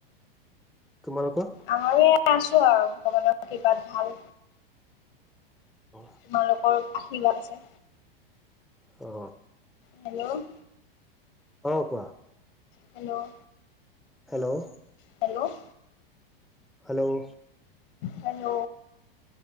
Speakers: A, in the centre; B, on the left.
A: তোমালোকৰ
B: আমাৰো এ আছো আৰু ভগানৰ কিবাত ভাল
A: অ
B: তোমালোকৰ আশিৰবাদ আছে।
A: অ
B: হেল্ল'
A: অ কোৱা
B: hello
A: hello
B: hello
A: hello
B: hello